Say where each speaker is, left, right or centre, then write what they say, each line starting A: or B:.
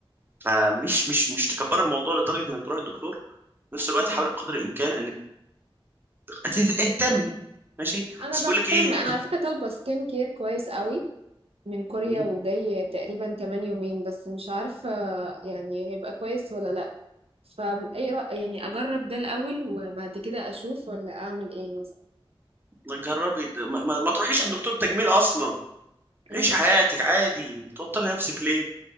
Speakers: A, on the right; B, on the right.
A: فمش مش مش تكبر الموضوع لدرجه انك تروح الدكتور في نفس الوقت
B: اه
A: حاولي بقدر الامكان انك ت- اهتمي ماشي
B: انا
A: اصل
B: بهتم
A: بيقول لك ايه
B: انا على فكره طالبه سكين كير كويس قوي من كوريا
A: مم،
B: وجاي تقريبا كمان يومين بس مش عارفه يعني هيبقى كويس ولا لا فاي رأي يعني اجرب ده الاول وبعد كده اشوف ولا اعمل ايه مثلا
A: ما تجربي ما, ما, ما تروحيش عند دكتور تجميل اصلا
B: امم
A: عيشي حياتك عادي توتري نفسك ليه